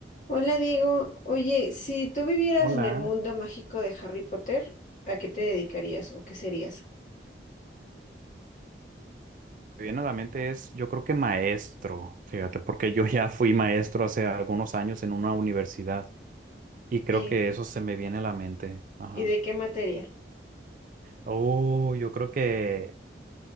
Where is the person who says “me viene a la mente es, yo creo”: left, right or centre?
Right